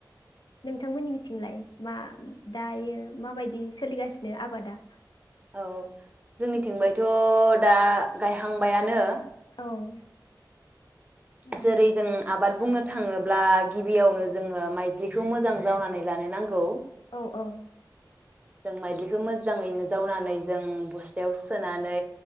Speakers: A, on the left; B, on the right.
A: नोंथांमोननि मिथिंलाय मा दायो माबायदि सोलिगासिनो आबादा?
B: औ जोंनिथिंबायथ
A: औ
B: दा गायहांबायानो
A: औ औ
B: जेरै जों आबाद बुंनो थांङोब्ला गिबियावनो जोंङो माइदलिखौ मोजां जावनानै लानो नांगौ।
A: औ
B: जों मायदलिखो मोजांङैनो जावनानै जों बस्थायाव सोनानै